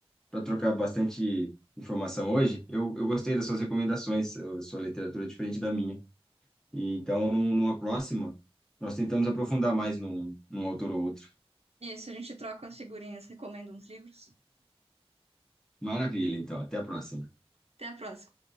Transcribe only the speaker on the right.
Isso, a gente troca umas figurinhas, recomenda uns livros.
Até a próxima.